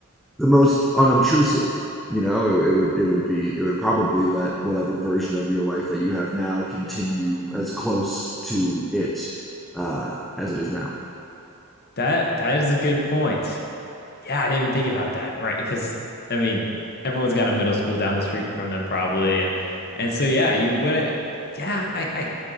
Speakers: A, in the centre; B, on the left.
A: the most unobtrusive. You know, it, it would it would be it would probably let whatever version of your life that you have now continue as close to it uh, as it is now.
B: That that is a good point. Yeah, I didn't even think about that, right? Because I mean, everyone's got a middle school down the street from them probably. And so yeah, you wouldn't yeah, I I